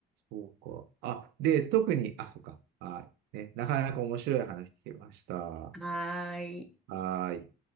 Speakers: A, on the right (about 85°); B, in the centre.
A: そうか。あ、で、特に、あ、そうか。はい。ね、なかなか面白い話聞けました。は
B: はーい。
A: ーい。